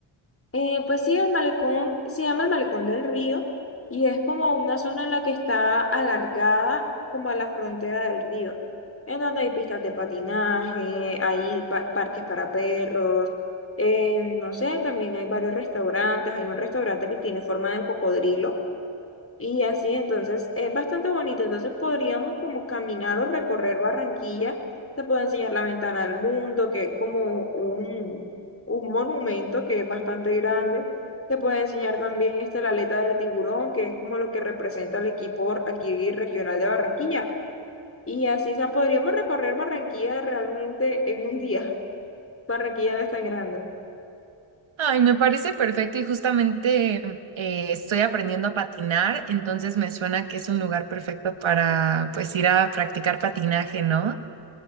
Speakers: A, on the left; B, on the right.
A: Eh, pues sí, el malecón se llama el Malecón del Río y es como una zona en la que está alargada como a la frontera del río, en donde hay pistas de patinaje, hay pa- parques para perros, eh, no sé, también hay varios restaurantes. Hay un restaurante que tiene forma de cocodrilo Y así, entonces, es bastante bonito. Entonces podríamos como caminar o recorrer Barranquilla. Te puedo enseñar la Ventana del Mundo, que es como un, un monumento que es bastante grande. Te puedo enseñar también este, la aleta del tiburón, que es como lo que representa el equipo aquí regional de Barranquilla. Y así, o sea, podríamos recorrer Barranquilla realmente en un día. <laughs> Barranquilla no es tan grande.
B: Ay, me parece perfecto y justamente eh, estoy aprendiendo a patinar, entonces me suena que es un lugar perfecto para pues ir a practicar patinaje, ¿no?